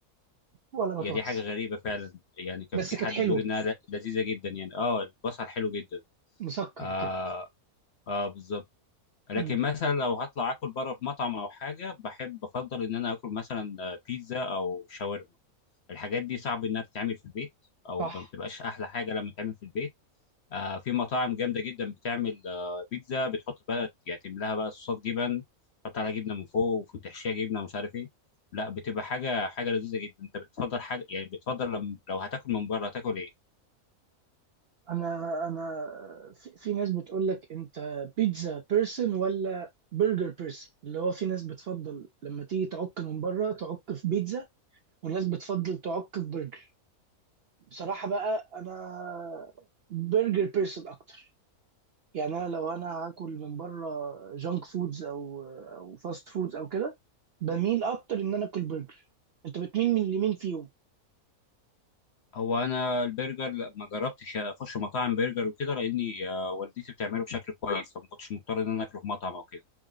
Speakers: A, on the right; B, on the left.
A: ولا بطاطس
B: هي دي حاجه غريبه فعلا يعني كان
A: بس
B: في
A: كانت
B: حد
A: حلوه
B: بيقول انها ل- لذيذه جدا يعني اه البصل حلو جدا
A: مسكر
B: اه
A: كده
B: اه بالظبط لكن
A: مم.
B: مثلا لو هطلع اكل بره في مطعم او حاجه بحب بفضل ان انا اكل مثلا آه، بيتزا او شاورما الحاجات دي صعب انها تتعمل في البيت او
A: صح
B: ما بتبقاش احلى حاجه لما تتعمل في البيت آه في مطاعم جامده جدا بتعمل آه بيتزا بتحط بقى يعني تملاها بقى صوصات جبن تحط عليها جبنه من فوق وتحشيها جبنه ومش عارف ايه لا بتبقى حاجه حاجه لذيذه جدا انت بتفضل حاجه يعني بتفضل لم لو هتاكل من بره هتاكل ايه
A: انا انا في, في ناس بتقول لك انت بيتزا بيرسون ولا برجر بيرسون اللي هو في ناس بتفضل لما تيجي تعك من بره تعك في بيتزا وناس بتفضل تعك في برجر بصراحة بقى انا برجر بيرسون اكتر يعني انا لو انا هاكل من بره جانك فودز او او فاست فودز او كده بميل اكتر ان انا اكل برجر انت بتميل من اليمين فيهم
B: هو انا البرجر لا ما جربتش اخش مطاعم برجر وكده لاني آه، والدتي بتعمله بشكل كويس فما كنتش مضطر ان انا اكله في مطعم او كده